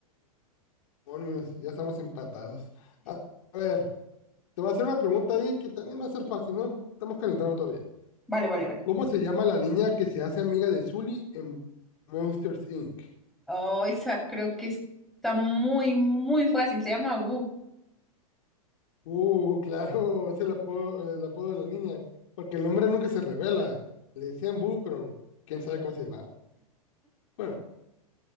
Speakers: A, on the left; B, in the centre.
A: demonios, ya estamos empatados. A a ver, te voy a hacer una pregunta ahí que también va a ser fácil, ¿no? Estamos calentando todavía.
B: Vale, vale, vale.
A: ¿Cómo se llama la niña que se hace amiga de Sully en Monsters Inc.?
B: Oh, esa creo que está muy, muy fácil. Se llama Boo.
A: Uh, claro, es el apodo, el apodo de la niña, porque el nombre nunca se revela. Le decían Bu, pero quién sabe cómo se llamaba. Bueno,